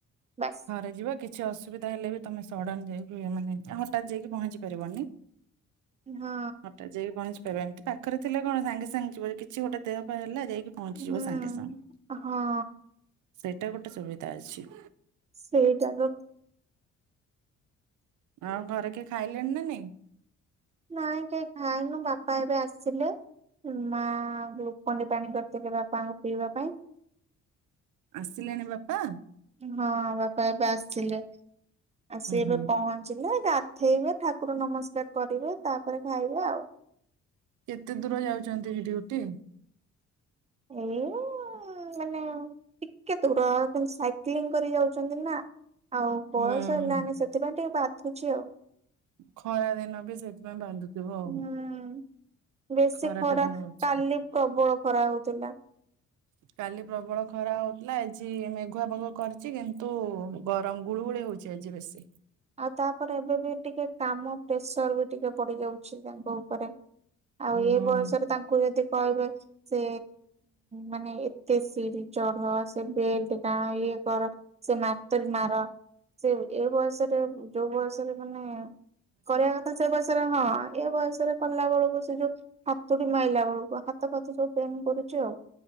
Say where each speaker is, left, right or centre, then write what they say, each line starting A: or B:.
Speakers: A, on the right (about 20°); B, on the right (about 80°).
A: ବାସ
B: ଘରେ ଯିବ କିଛି ଅସୁବିଧା ହେଲେ ବି ତମେ ସଡ଼ନ ଯାଇକି ମାନେ ହଠାତ୍ ଯାଇକି ପହଞ୍ଚି ପାରିବନି।
A: ହଁ।
B: ହଠାତ୍ ଯାଇକି ପହଞ୍ଚିପାରିବନି ଏମିତି ପାଖରେ ଥିଲେ କଣ ସାଙ୍ଗେ ସାଙ୍ଗେ ଯିବ କିଛି ଗୋଟେ ଦେହ ପା ହେଲା ଯାଇକି ପହଞ୍ଚିଯିବ
A: ହୁଁ
B: ସାଙ୍ଗେ ସାଙ୍ଗେ।
A: ହଁ।
B: ସେଇଟା ଗୋଟେ ସୁବିଧା ଅଛି।
A: ସେଇଟା ତ।
B: ଆଉ ଘରେ କିଏ ଖାଇଲେଣି ନା ନେଇଁ?
A: ନାଇଁ କେଇ ଖାଇନୁ ବାପା ଏବେ ଆସିଲେ ମା ଗ୍ଲୁକୋଣ୍ଡି ପାଣି କରିଥିଲେ ବାପାଙ୍କୁ ପିଇବା ପାଇଁ।
B: ଆସିଲେଣି ବାପା?
A: ହଁ ବାପା ଏବେ ଆସିଲେ, ଆସି
B: ଉୁଁ
A: ଏବେ
B: ହୁଁ
A: ପହଁ ଞ୍ଚିଲେ ଗାଧେଇବେ ଠାକୁର ନମସ୍କାର କରିବେ ତାପରେ ଖାଇବେ ଆଉ
B: କେତେ ଦୂର ଯାଉଛନ୍ତି କି ଡିଉଟି?
A: ଏଇ ମାନେ ଟିକେ ଦୂର କିନ୍ତୁ ସାଇକ୍ଲିଂ କରି ଯାଉଛନ୍ତି ନା। ଆଉ ବୟସ
B: ହୁଁ
A: ହେଲାନି
B: ହୁଁ।
A: ସେଥିପାଇଁ ଟିକେ ବାଧୁଛି ଆଉ।
B: ଖରା ଦିନ ବି ସେଇଥିପାଇଁ ବାଧୁ ଥିବ ଆଉ
A: ହୁଁ। ବେଶୀ
B: ଖରାଟା
A: ଖରା
B: ବି ହୋଉଛି।
A: କାଲି ପ୍ରବଳ ଖରା ହଉଥିଲା।
B: କାଲି ପ୍ରବଳ ଖରା ହଉଥିଲା, ଆଜି ଏ ମେଘୁଆ ପାଗ କରିଛି କିନ୍ତୁ ଗରମ ଗୁଳୁଗୁଳି ହଉଛି। ତେଜ୍ ବେଶୀ।
A: ଆଉ ତାପରେ ଏବେ ବି ଟିକେ କାମ ପ୍ରେସର ବି ଟିକେ ପଡ଼ି ଯାଉଛି ତାଙ୍କ ଉପରେ। ଆଉ
B: ଉଁ
A: ଏ
B: ହୁଁ
A: ବୟସରେ ତାଙ୍କୁ ଯଦି କହିବେ ସେ ମାନେ ଏତେ ସିରି ଚୂଢ ସେ ବେଲ୍ଟ ଟାଣ ଇଏ କର। ସେ ମାର୍ତୁଲ ମାର ସେ ଏ ବୟସରେ ଯୋଉ ବୟସରେ ମାନେ କରିବା କଥା ସେ ବୟସରେ ହଁ ଏ ବୟସରେ କଲା ବେଳକୁ ସେ ଯୋଉ ହାତୁଡ଼ି ମାଇଲା ବେଳକୁ ହାତ ଫାତ ସବୁ ପେନ୍ କରୁଛି ଆଉ।